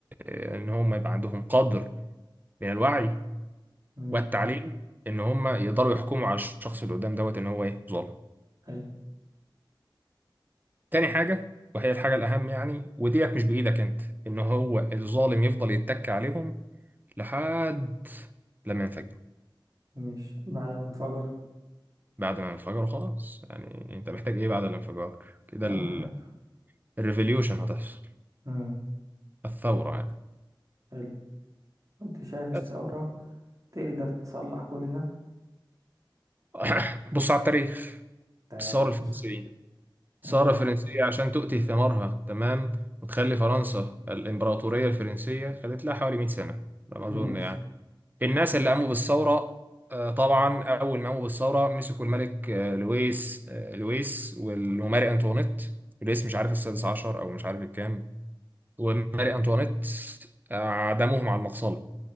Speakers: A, on the right; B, on the right.
A: ان هم يبقى عندهم قدر من الوعي
B: امم
A: والتعليم ان هم يقدروا يحكموا على الشخص اللي قدام دوت ان هو ايه ظالم
B: حلو
A: تاني حاجه وهي الحاجه الاهم يعني وديت مش بايدك انت ان هو الظالم يفضل يتك عليهم لحد لما ينفجروا
B: مش بعد ما انفجر
A: بعد ما ينفجروا خلاص يعني انت محتاج ايه بعد الانفجار كده
B: ولا
A: ال-
B: حاجة
A: الريفوليوشن هتحصل
B: امم
A: الثوره يعني
B: حلو انت شايف الثورة
A: بس.
B: تقدر تصلح كل ده
A: <coughs> بص على التاريخ
B: تعالى
A: الثوره
B: بص
A: الفرنسيه
B: اه
A: الثوره الفرنسيه عشان تؤتي ثمارها تمام وتخلي فرنسا الامبراطوريه الفرنسيه خدت لها حوالي 100 سنه على
B: ماشي
A: ما اظن يعني الناس اللي قاموا بالثورة آه، طبعا أول ما قاموا بالثورة مسكوا الملك آه، لويس آه، لويس والماري أنطوانيت لويس مش عارف السادس عشر أو مش عارف الكام وماري أنطوانيت آه، عدموهم على المقصلة